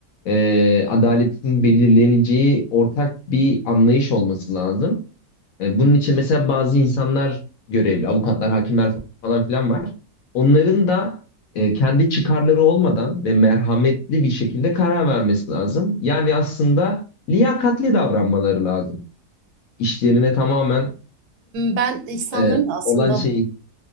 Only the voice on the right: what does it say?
Ben insanların
da aslında